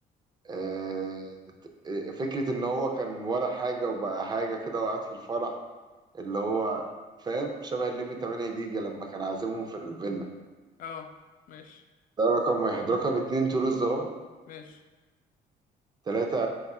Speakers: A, on the right (about 25°); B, on the left (about 55°).
A: آه ت- فكرة إن هو كان ولا حاجة وبقى حاجة كده وقعد في الفرح اللي هو فاهم شبه الليمي 8 جيجا لما كان عازمهم في الفيلا
B: اه ماشي
A: ده رقم واحد رقم اتنين طيور الظلام
B: ماشي
A: ثلاثة